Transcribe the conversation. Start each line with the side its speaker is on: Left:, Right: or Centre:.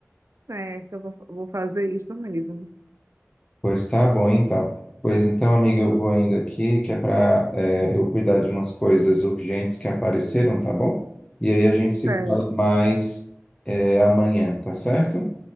Right: certo, eu vou, vou fazer isso mesmo.
Left: pois tá bom, então. Pois então, amiga, eu vou indo aqui, que é para eu cuidar de umas coisas urgentes que apareceram, tá bom? E aí a gente se
Right: Certo.
Left: fala mais é, amanhã, tá certo?